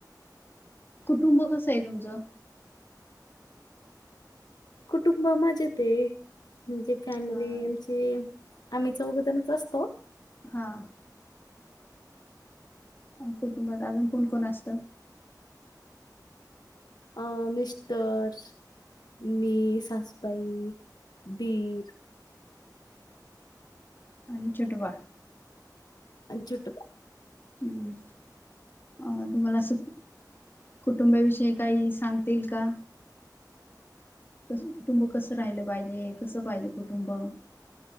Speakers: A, on the left; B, on the left.
A: कुटुंब कसं आहे तुमचं?
B: कुटुंब मजेत आहे म्हणजे फॅमिली
A: अ
B: आमची आम्ही चौघजणचं असतो.
A: हा. अ कुटुंबात अजून कोण कोण असतं.
B: अं मिस्टर मी, साासबाई, दिर
A: आणि छोटुबाळ.
B: अन छोटुबाळ.
A: हम्म. अं तुम्हाला अस कुटुंबाविषयी काही सांगता येईल का? कस कुटुंब कसं राहिलं पाहिजे कसं पाहिजे कुटुंब?